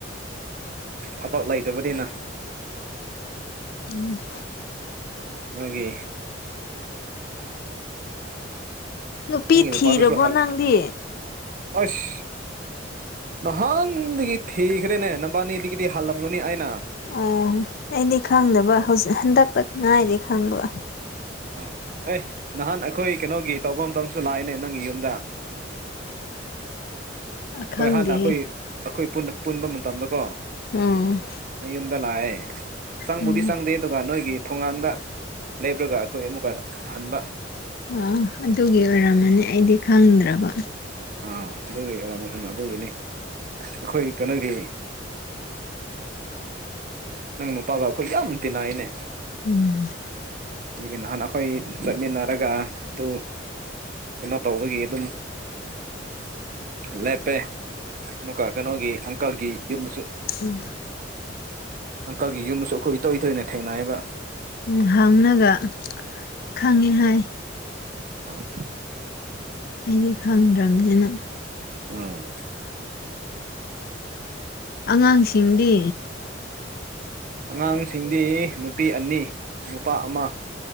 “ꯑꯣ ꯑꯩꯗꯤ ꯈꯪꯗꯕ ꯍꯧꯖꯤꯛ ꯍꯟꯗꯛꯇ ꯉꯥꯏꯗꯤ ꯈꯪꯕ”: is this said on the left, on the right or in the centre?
Left